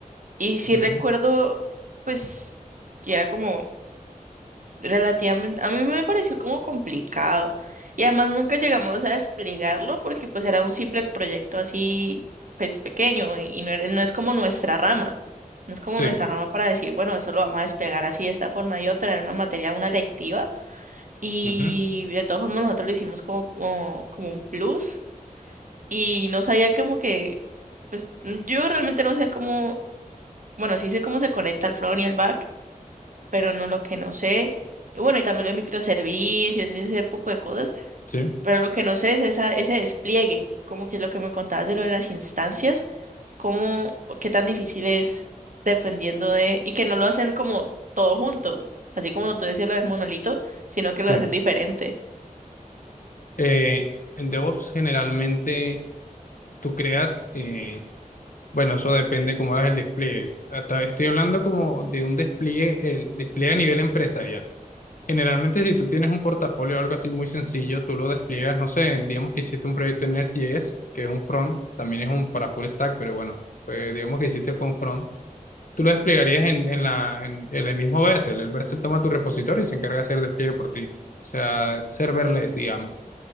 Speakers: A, on the right; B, on the left.
A: Y sí
B: ujú,
A: recuerdo, pues, que era como relativamente, a mí me pareció como complicado. Y además nunca llegamos a desplegarlo porque pues era un simple proyecto así, pues pequeño y y no, era- no es como nuestra rama. No es como
B: sí,
A: nuestra rama para decir, bueno, eso lo vamos a desplegar así de esta forma y otra, en una materia, una lectiva. Y
B: ujú,
A: de todas formas nosotros lo hicimos como, como, como un plus y no sabía como que, pues yo realmente no sé cómo, bueno, sí sé cómo se conecta el front y el back pero no lo que no sé. Y bueno, y también los microservicios, ese poco de cosas,
B: sí,
A: pero lo que no sé es esa, ese despliegue, como que lo que me contabas de lo de las instancias, cómo, qué tan difícil es dependiendo de, y que no lo hacen como todo junto, así como tú decías lo del monolito, sino que
B: sí.
A: lo hacen diferente.
B: Eh, en DevOps generalmente tú creas, eh, bueno, eso depende cómo hagas el despliegue. Hasta estoy hablando como de un despliegue, el despliegue a nivel empresarial. Generalmente, si tú tienes un portafolio o algo así muy sencillo, tú lo despliegas, no sé, digamos que hiciste un proyecto en Next.js, que es un front, también es un para full stack, pero bueno, pues digamos que hiciste fue un front. Tú lo desplegarías en, en la, en, en el mismo Vercel. El Vercel toma tu repositorio y se encarga de hacer el despliegue por ti. O sea, serverless, digamos.